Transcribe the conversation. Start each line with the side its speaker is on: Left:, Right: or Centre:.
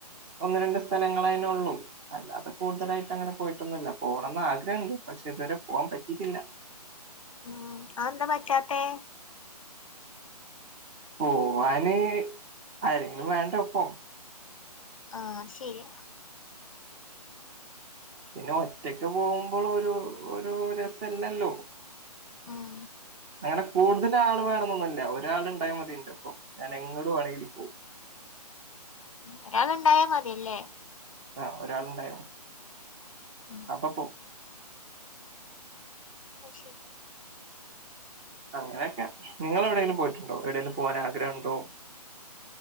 Right: ഒന്ന് രണ്ട് സ്ഥലങ്ങളായതിനെ ഉള്ളൂ. അല്ലാതെ കൂടുതലായിട്ട് അങ്ങനെ പോയിട്ടൊന്നുമില്ല. പോണമെന്ന് ആഗ്രഹമുണ്ട്. പക്ഷെ ഇതുവരെ പോകാൻ പറ്റ ഇതില്ല.
Left: ഉം. അതെന്താ പറ്റാത്തെ?
Right: പോവാന് ആരെങ്കിലും വേണ്ടെ ഒപ്പം.
Left: ആ ശരിയാ.
Right: പിന്നെ ഒറ്റക്ക് പോകുമ്പോളൊരു ഒരു രസം ഇല്ലല്ലോ?
Left: ഉം
Right: അങ്ങനെ കൂടുതൽ ആൾ വേണന്നൊന്നുമില്ല. ഒരാള് ഉണ്ടായാൽ മതിഎന്റെപ്പം. ഞാൻ എങ്ങട് വേണെങ്കില് പോവും.
Left: ഒരാളുണ്ടായാൽ മതില്ലേ?
Right: ആ ഒരാളുണ്ടായ
Left: ഉം
Right: അപ്പൊ പോവും.
Left: ന്നാ ശരി.
Right: അങ്ങനെയൊക്കെ നിങ്ങള് എവിടെങ്കിലും പോയിട്ടുണ്ടോ? എവിടെേങ്കിലും പോവാൻ ആഗ്രഹം ഉണ്ടോ?